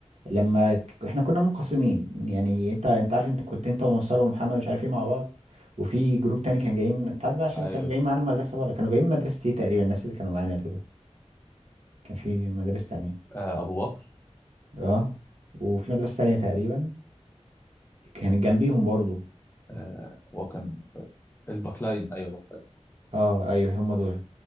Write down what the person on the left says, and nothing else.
ايوه
آه ابو بكر
آه هو كان الباكلاين ايوه باكلاين